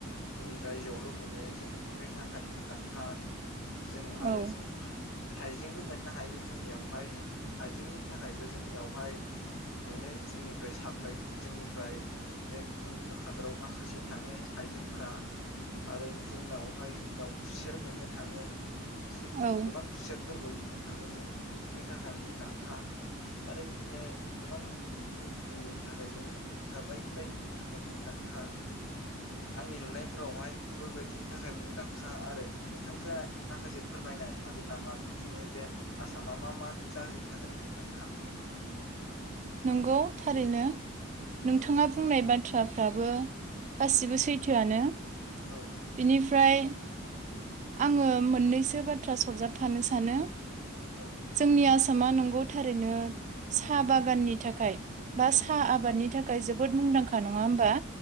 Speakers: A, on the left; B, on the right.
A: जोंनि रायजोआवल' मोनो जों। बेफोरनि थाखाय मुंदांखा। जों आरो
B: औ
A: जों खाइ हाइजेंबो मोननो हायो जोंनियावहाय जों हाइजेंनि थाखायबो जोंनियावहाय मोनो, जोंनिफ्राय साप्लाइ जोंनिफ्राय गुबुन गुबुन हादराव माखासे थाङो हाइजेंफोरा, आरो बिदिनो जोंनाव। ओमफाय जोंनियाव खुसेर मोननो थाङो। जेथु
B: औ
A: गोबां खुसेर फोरबो मोननो थाङो जों बेफोरनि थाखाय मुंदांखा आरो बिदिनो गोबां रोखोमनि थाखाय जों गा बायदि बायदिनि थाखाय मुंदांखा आंनि नुनायफोरावहाय बेफोरबायदिनि थाखाय मुंदखा मुंदांखा आरो नोंथांजोआ माखासे फोरमायनो हागोन नामा बिदिनो जेन आसामा मा मा जाहोननि थाखाय मुंदांखा
B: नंगौ थारैनो नोंथाङा
A: औ
B: बुंनाय बाथ्रा दाबो गासिबो सैथोआनो बिनि
A: औ
B: फ्राय आङो मोननैसो बाथ्रा सरजाबफानो सानो
A: औ
B: जोंनि आसाम आसामा नंगौ थारैनो साहा बागाननि थाखाय बा साहा आबादनि
A: औ
B: थाखाय जोब जोबोद मुंदांखा नङा होमबा?